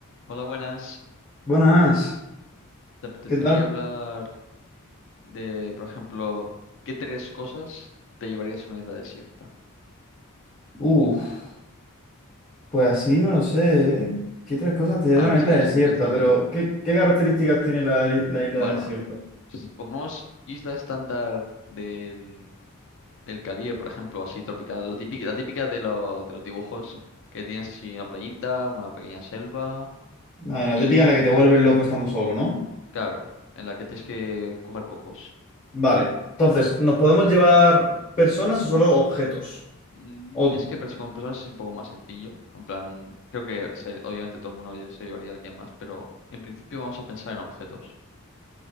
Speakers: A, on the left; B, on the left.
A: Hola, buenas.
B: Buenas,
A: ¿Te apetecería
B: ¿qué tal?
A: hablar de, por ejemplo, qué tres cosas te llevarías a una isla desierta?
B: Uf, pues así no lo sé, ¿eh? ¿Qué tres cosas te llevan
A: A
B: a
A: ver,
B: una isla
A: si quieres
B: desierta?
A: empiezo
B: Pero,
A: yo.
B: ¿qué, qué características tiene la, la isla
A: Bueno,
B: desierta?
A: s- pongamos isla estándar del, del Caribe, por ejemplo, así tropical, la típica, la típica de, lo- de los dibujos, que tienes así una playita, una pequeña selva
B: A ver, la
A: y,
B: típica en la que te vuelves loco estando solo, ¿no?
A: claro, en la que tienes que coger cocos.
B: Vale, entonces, ¿nos podemos llevar personas o solo objetos?
A: Mm,
B: O-
A: Es que pers- con personas es un poco más sencillo. En plan, creo que se- obviamente todo el mundo oye- se llevaría a alguien más, pero en principio vamos a pensar en objetos.